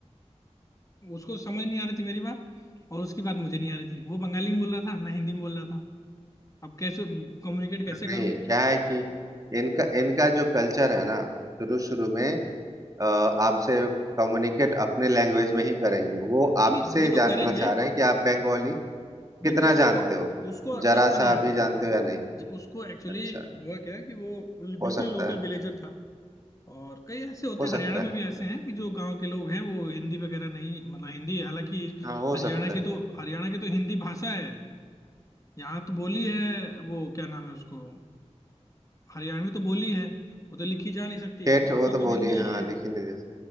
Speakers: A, on the left; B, on the right.
A: उसको समझ नहीं आ रही थी मेरी बात और उसकी बात मुझे नहीं आ रही थी वो बंगाली में बोल रहा था मैं हिंदी में बोल रहा था अब कैसे कम्युनिकेट कैसे
B: नहीं
A: करूं
B: क्या है कि इनका इनका जो कल्चर है ना शुरू शुरू में अ, आपसे कम्युनिकेट अपने लैंग्वेज में ही करेंगे वो आपसे
A: नहीं नहीं वो तो
B: जानना
A: करेंगे
B: चाह रहे हैं कि आप बंगाली
A: नहीं
B: कितना
A: नहीं उसको
B: जानते हो
A: उसको सच
B: जरा
A: में नहीं
B: सा
A: आती
B: भी जानते
A: थी
B: हो या नहीं
A: ज- उसको एक्चुअली
B: अच्छा
A: हुआ क्या कि वो बिल्कुल
B: हो सकता
A: लोकल
B: है
A: विलेजर था और कई ऐसे होते
B: हो
A: हैं हरियाणा
B: सकता है
A: में भी ऐसे हैं कि जो गांव के लोग हैं वो हिंदी वगैरह नहीं मतलब हिंदी हालांकि
B: हाँ हो
A: हरियाणा
B: सकता है
A: की तो हरियाणा की तो हिंदी भाषा है यहाँ तो बोली है वो क्या नाम है उसको हरियाणवी तो बोली है वो तो लिखी जा नहीं सकती
B: ठेठ
A: तो भाषा
B: वो तो बोली
A: तो हिंदी
B: है, हाँ
A: ही है
B: लिखी नहीं जैसे